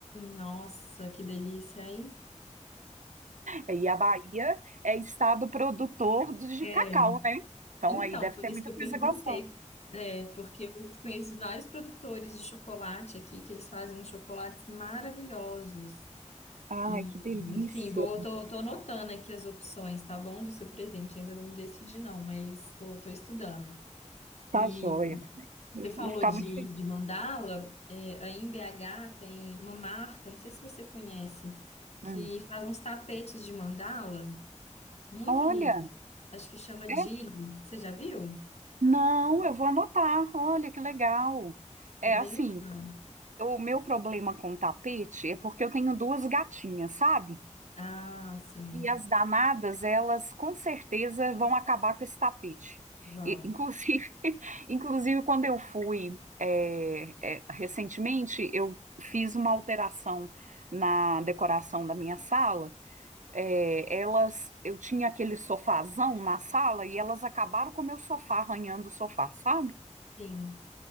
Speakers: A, on the left; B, on the right.
A: nossa, que delícia, hein?
B: E a Bahia é estado produtor de
A: É,
B: cacau, né? Então
A: então,
B: aí deve
A: por
B: ter
A: isso
B: muita
A: que eu
B: coisa
A: perguntei,
B: gostosa.
A: é, porque eu conheço vários produtores de chocolate aqui, que eles fazem uns chocolates maravilhosos.
B: Ai,
A: E,
B: que delícia.
A: enfim, vou, tô, tô anotando aqui as opções, tá bom? Do seu presente, ainda não me decidi não, mas tô, tô estudando.
B: Tá
A: E
B: joia. Eu
A: você falou
B: vou ficar
A: de,
B: muito feliz.
A: de mandala, é, aí em BH tem uma marca, não sei se você conhece, que
B: Hum.
A: faz uns tapetes de mandala, muito
B: Olha,
A: lindos, acho que chama Dili,
B: é,
A: você já viu?
B: não, eu vou anotar. Olha, que legal. É
A: É bem
B: assim,
A: legal.
B: eu- o meu problema com tapete é porque eu tenho duas gatinhas, sabe?
A: Ah, sim.
B: E as danadas, elas com certeza vão acabar com esse tapete.
A: Vão.
B: E, inclusive, <laughs> inclusive, quando eu fui é, é, recentemente, eu fiz uma alteração na decoração da minha sala. é, elas, eu tinha aquele sofazão na sala e elas acabaram com o meu sofá, arranhando o sofá, sabe?
A: Sim,